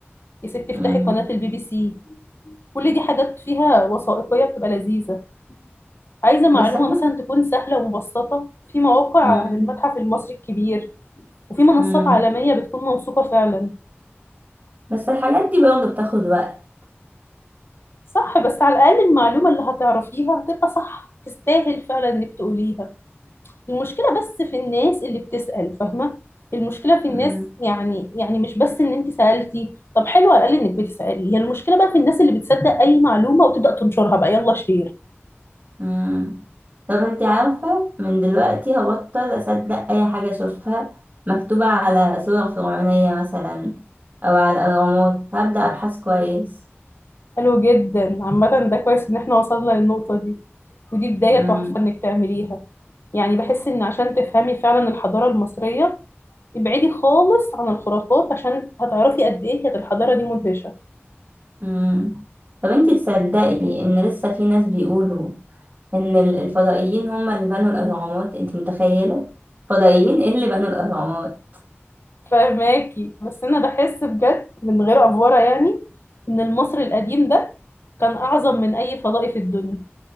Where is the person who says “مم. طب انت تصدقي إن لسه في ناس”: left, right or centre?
Right